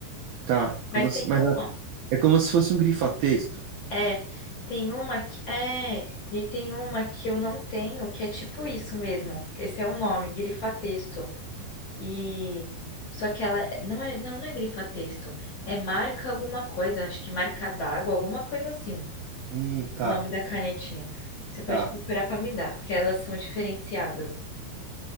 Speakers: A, on the right; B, on the left.
A: Tá, é como
B: Mas tem
A: se, mas
B: uma.
A: a- é como se fosse um grifa-texto.
B: É, tem uma que é, e tem uma que eu não tenho, que é tipo isso mesmo. Esse é o nome, grifa-texto. E só que ela não é, não, não é grifa-texto, é marca alguma coisa, acho que marca d'água, alguma coisa assim.
A: Hum, tá,
B: O nome da canetinha. Você pode
A: tá.
B: procurar para me dar, porque elas são diferenciadas.